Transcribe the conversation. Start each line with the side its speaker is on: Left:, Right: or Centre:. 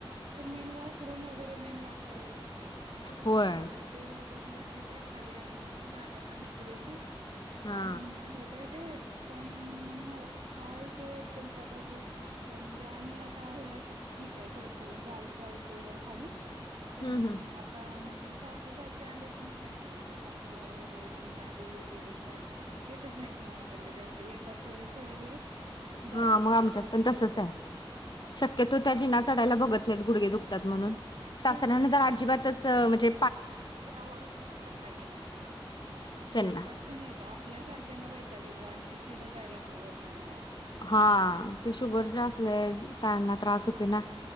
Right: पण मेन वॉशरूम वगैरे मेन लागते ओ आता आमचं तस
Left: होय
Right: झालंय ते- पस रूम वरतीच आहे खाली अजून अशी जागा पण नाही पुरेशी
Left: हा
Right: म्हणून नाही होतय ते पण ओ काय ते बोलतात तशे अ म्हणजे ते आम्ही आता आहे असे ठीक आहे करतोय जा जाऊतोय वर खाली पण
Left: हम्म हम्म
Right: आता अम सासू सासरे आले की नाही जमत आहे सासूला वगैरे त्यांना आधी गुडगे दुखतात येतच नाहीत मग आमच्याकडे जास्त येतात तेवढेच थोडे दिवस जातात
Left: हा मग आमच्यात
Right: की गुडघे
Left: पण
Right: दुखतात
Left: तसच आहे, शक्यतो त्या जिना चढायला बघत नाहीत गुडगे दुखतात म्हणून शासनान
Right: तेच की
Left: तर अजिबातच अ म्हणजे
Right: ते सदा वर उचलून ठेवता येत,
Left: त्यांना.
Right: वैताग पण येतो आपल्या सारख्याना वैताग येतो आणि किती तिथं जाय लागतय वॉशरूम ला.
Left: हा ते शुगर जास्त असले त्यांना त्रास
Right: हा
Left: होतो ना